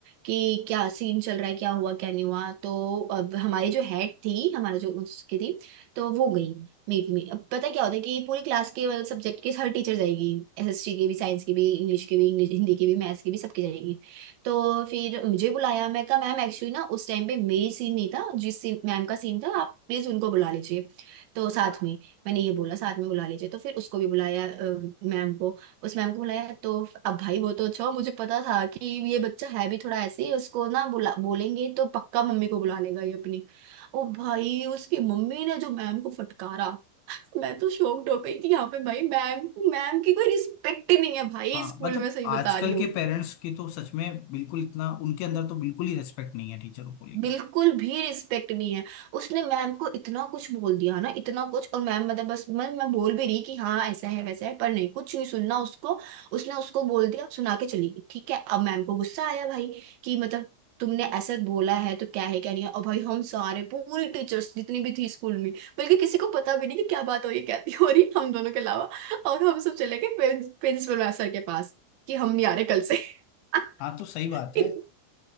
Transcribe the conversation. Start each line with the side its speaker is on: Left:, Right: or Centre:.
Right: कि क्या सीन चल रहा है क्या हुआ क्या नहीं हुआ तो अब हमारी जो हेड थी हमारा जो उसकी थी तो वो गई मीट में अब पता है क्या होता है कि पूरी क्लास के मतलब सब्जेक्ट के हर टीचर जाएगी एसएसटी के भी साइंस के भी इंग्लिश के भी इंग्लिश हिंदी के भी मैथ्स के भी सबके जाएगी तो फिर मुझे बुलाया मैं कहा मैम एक्चुअली ना उस टाइम पे मेरी सीन नहीं था जिस सीन मैम का सीन था आप प्लीज उनको बुला लीजिए तो साथ में मैंने ये बोला साथ में बुला लीजिए तो फिर उसको भी बुलाया अ, मैम को उस मैम को बुलाया तो अब भाई वो तो अच्छा हुआ, मुझे पता था कि ये बच्चा है भी थोड़ा ऐसे ही उसको ना बुला बोलेंगे तो पक्का मम्मी को बुला लेगा ये अपनी ओ भाई उसकी मम्मी ने जो मैम को फटकारा मैं तो शॉक्ड हो गई कि यहाँ पे भाई मैम मैम की कोई रिस्पेक्ट ही नहीं है भाई
Left: हाँ
Right: स्कूल
Left: मतलब
Right: में सही बता
Left: आजकल
Right: रही हूँ
Left: के पेरेंट्स की तो सच में बिल्कुल इतना उनके अंदर तो बिल्कुल ही रेस्पेक्ट नहीं है टीचरों को लेकर
Right: बिल्कुल भी रिस्पेक्ट नहीं है उसने मैम को इतना कुछ बोल दिया ना इतना कुछ और मैम मतलब बस मैं मैं बोल भी रही कि हाँ ऐसा है वैसा है पर नहीं कुछ नहीं सुनना उसको उसने उसको बोल दिया सुना के चली गई ठीक है अब मैम को गुस्सा आया भाई कि मतलब तुमने ऐसा बोला है तो क्या है क्या नहीं है और भाई हम सारे पूरी टीचर्स जितनी भी थी स्कूल में बल्कि किसी को पता भी नहीं कि क्या बात हो रही है, क्या नहीं हो रही हम दोनों के अलावा और हम सब चले गए प्रिंसिपल सर के पास कि हम नहीं आ रहे कल से <laughs>
Left: हाँ तो सही बात है
Right: इत,